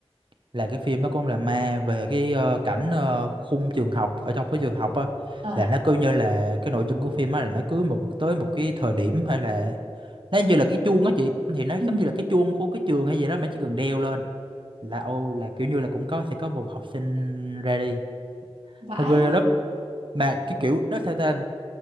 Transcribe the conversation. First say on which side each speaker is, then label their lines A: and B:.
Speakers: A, on the right; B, on the right.
A: là cái phim nó cũng là ma về cái ờ, cảnh ờ, khung trường học ở trong cái trường học á
B: Ờ.
A: là nó cứ như là cái nội dung của phim á là nó cứ một tới một cái thời điểm hay là nó như là cái chuông á chị thì nó
B: ừ.
A: giống như là cái chuông của cái trường hay gì đó mà chỉ cần đeo lên là ô là kiểu như là cũng có sẽ có một học sinh ra đi
B: Vãi,
A: nó ghê lắm mà cái kiểu nó theo ta